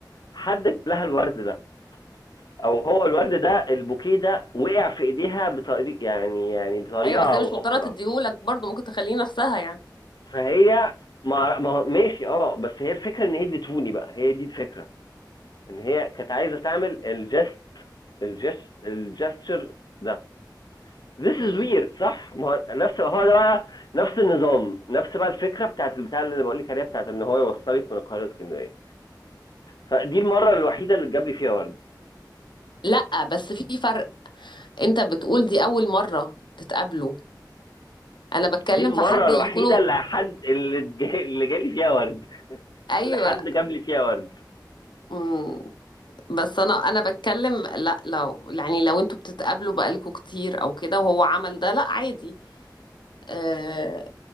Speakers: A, on the left (about 65°); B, on the left (about 85°).
A: حد جاب لها الورد ده او هو الورد ده البوكيه ده وقع في ايديها بطريقه يعني يعني بطريقه
B: ايوه بس
A: او
B: هي مش مضطرة
A: اخرى
B: تديهولك برضه ممكن تخليه نفسها يعني
A: فهي ما ما- ماشي اه بس هي الفكره ان هي ادتهوني بقى هي دي الفكره ان هي كانت عايزه تعمل الجست الجست الجستشر ده This
B: مم.
A: is weird صح؟ ما هو نفس هو ده بقى نفس النظام نفس بقى الفكره بتاعت البتاع اللي بقول لك عليها بتاعت ان هو يوصلك من القاهره اسكندريه فدي المره الوحيده اللي اتجاب لي فيها ورد
B: لا بس في فرق انت بتقول دي أول مرة تتقابلوا انا بتكلم
A: دي المره
B: في حد
A: الوحيده
B: يكونوا
A: اللي حد اللي اتج- اللي جالي فيها ورد
B: ايوه
A: اللي حد جاب لي فيها ورد
B: مم. بس انا انا بتكلم لا لو يعني لو انتوا بتتقابلوا بقالكوا كتير او كده وهو عمل ده لا عادي آه